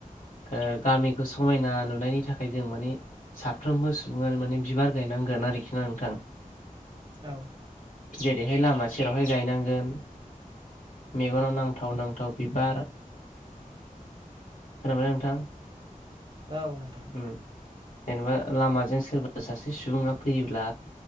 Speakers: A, on the left; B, on the right.
A: ओ गामिखौ समायना नुनायनि थाखाय जों माने साफ्रोमबो सुबुङानो माने बिबार गायनांगोन आरोखि ना? नोंथां।
B: औ।
A: जेरैहाय लामा सेरावहाय गायनांगोन। मेगनाव नांथाव नांथाव बिबार। खोनाबाय नोंथां?
B: औ नोंथां।
A: उम जेनेबा लामाजों सोरबा सासे सुबुङा फैयोब्ला